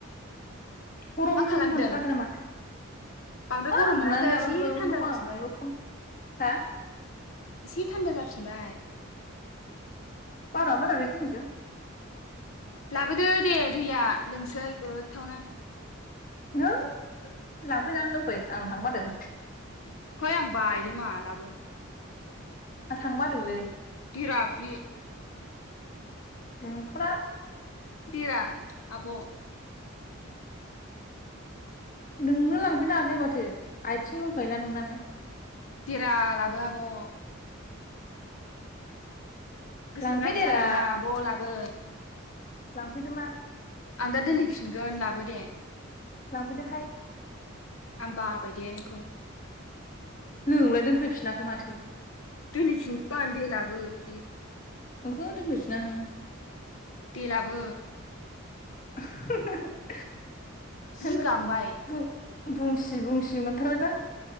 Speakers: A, on the left; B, on the left.
A: गरम
B: मा खालामदों
A: मोनथाराखै नामा?
B: बांद्राय
A: हो
B: गरम
A: उनदुनानै
B: मोनासै
A: दाबो
B: एसे
A: बेयावनो
B: थान्दा
A: दं
B: जाफिनबाय
A: आङो नोंनो पन हा?
B: एसे थान्दा जाफिनबाय
A: बारा बाराखै जोंनिजों
B: लाबोदो दे दैया लोंसै गोथावनो ।
A: नो लांफैनानै लोंफै आं थांनोबादों
B: हैय आं बायोलै मा लाबो ।
A: थां बादोंलै
B: हिरा फ्लि
A: नों खु दा
B: दिरा आब'
A: नोंनो लांफैनो हाखायो माथो आइथिं दंखायोना नोंनानो ।
B: देरा लाबो आब' गोसो
A: लांफैदेरा
B: गाज्रि जानाङा आब'लाबो
A: लांफैदो मा
B: आं दा दिनै फि मोनगोन लाबो दे
A: लांफैदो हाय
B: आं बाबाय दे नोंखौ
A: नोंलाय दोनफैफिनाखै माथो
B: दोनहैफिनगोन दे लाबो बे
A: ओंहो दोनहैफिना नोङो
B: दे लाबो
A: <unintelligible>
B: जि
A: सोंदों
B: गांबाय
A: बुं बुंसि बुंसि मोनथारबाय लां